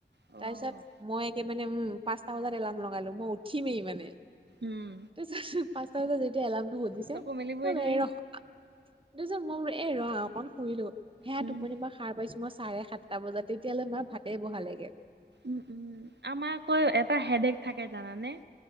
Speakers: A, on the right; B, on the right.
A: অ',
B: তাৰ পিছত মই একে মানে উম পাঁচটা বজাত এলাৰ্ম লগালো মই উঠিমেই মানে। তাৰপিছত
A: উম।
B: পাঁচটা বজাত যেতিয়া এলাৰ্মটো বজিছে
A: চকু মেলিবই
B: মই
A: নোৱাৰি।
B: এই ৰহ। তাৰপিছত মই বোলো এই ৰহ অকণ শুই লও সেয়া
A: উম,
B: টোপনি পৰা সাৰ পাইছো মই চাৰে সাত। টা বজাত তেতিয়ালে মা ভাতে বহালেগে।
A: উম উম আমাৰ আকৌ এটা হেডেক থাকে জানানে।